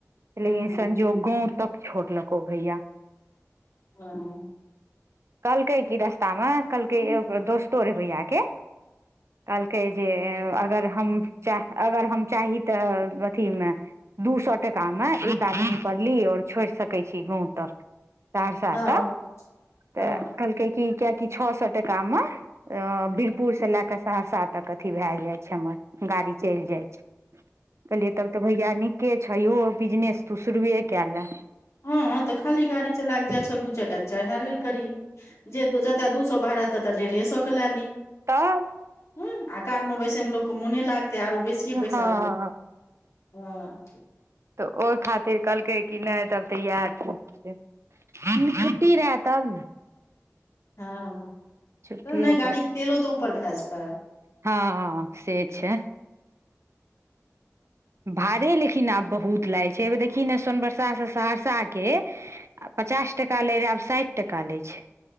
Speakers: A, on the left; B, on the right.
A: हूँ
B: लेकिन संजोग गाँव तक छोड़लकौ भैया
A: हँ
B: कहलकै की रस्तामे कहलकै
A: हँ
B: ए दोस्तो रहै भैयाके कहलकै जे अगर हम अगर हम चाही तऽ अथीमे दू सए टकामे एकटादी पर ली आओर छोड़ि सकैत छी गाँव तक सहरसा
A: हँ
B: तक
A: हँ
B: तऽ कहलकै क कियकि छ सए टकामे वीरपुरसँ लए कऽ सहरसा तक अथी भए जाइ छै हमर गाड़ी चलि जाइ छै कहलियै तब तऽ भैया निके छ यहो बिजनेस तू शुरुए कए ले
A: हँ हँ तऽ खाली गाड़ी चलाए क जाइ छ दू चारि टा चढ़ा करी जे जतय दू सए भारा तते डेढ़े सए के लए ली
B: तब
A: ह आ कारमे बैस मे लोकके मोने लागतै आरो बेसिए पैसा
B: हँ
A: देतै ह
B: तऽ ओहि खातिर कहलकै कि नहि तब तऽ इएह छै छुटी रहै तब ने
A: हँ
B: छुट्टियो
A: त नै गाड़ी के तेलो तऽ ऊपर भए जेतै
B: हँँ से छै भाड़े लेकिन आब बहुत लागै छै देखिही न सोनबरसासँ सहरसाके आ पचास टाका लै रहै आब साठि टाका लै छै